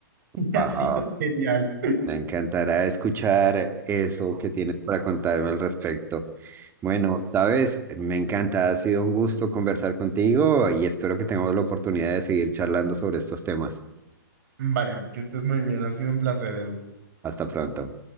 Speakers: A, on the right (about 55°); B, on the right (about 20°).
A: <laughs>
B: Ajá.
A: Ha sido genial.
B: Me encantará escuchar eso que tienes para contarme al respecto. Bueno, sabes, me encanta, ha sido un gusto conversar contigo y espero que tengamos la oportunidad de seguir charlando sobre estos temas.
A: Vale, que estés muy bien. Ha sido un placer, Edu.
B: Hasta pronto.